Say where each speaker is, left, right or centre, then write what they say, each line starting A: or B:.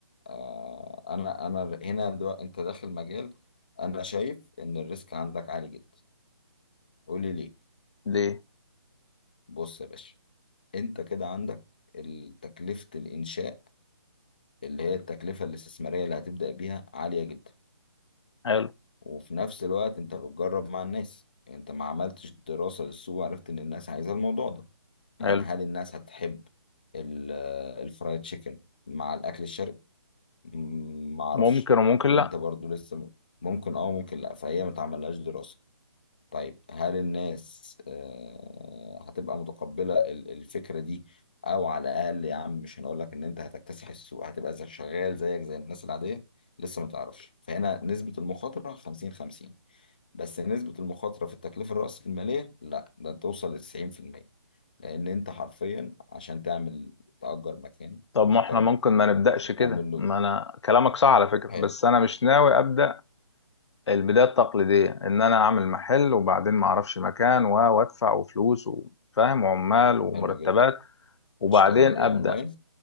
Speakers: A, on the left; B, on the left.
A: آه انا انا هنا دلوقتي انت داخل مجال انا شايف ان الريسك عندك عالي جدا قولي ليه
B: ليه
A: بص يا باشا انت كده عندك ال- تكلفة الانشاء اللي هي التكلفة الاستثمارية اللي هتبدأ بيها عالية جدا
B: حلو
A: وفي نفس الوقت انت بتجرب مع الناس انت ما عملتش دراسة للسوق وعرفت ان الناس عايزة الموضوع ده يعني
B: حلو
A: هل الناس هتحب ال- الفرايد تشيكن مع الاكل الشرقي م- ما اعرفش
B: ممكن وممكن
A: وانت
B: لا
A: برضو لسه م- ممكن اه ممكن لا فهي ما تعملهاش دراسة طيب هل الناس آه، هتبقى متقبلة ال- الفكرة دي او على الاقل يا عم مش هنقول لك ان انت هتكتسح السوق هتبقى زي شغال زيك زي الناس العادية لسه ما تعرفش فهنا نسبة المخاطرة 50 50 بس نسبة المخاطرة في التكلفة الرأسمالية لا ده انت توصل ل 90% لان انت حرفيا عشان تعمل تأجر مكان
B: طب
A: محترم
B: ما احنا ممكن ما نبداش
A: وتعمل
B: كده
A: له
B: ما انا كلامك صح على فكره
A: حلو
B: بس انا مش ناوي ابدا البدايه التقليديه ان انا اعمل محل وبعدين ما اعرفش مكان و- وادفع وفلوس وفاهم وعمال ومرتبات
A: حلو جدا
B: وبعدين
A: تشتغل ايه
B: ابدا
A: اونلاين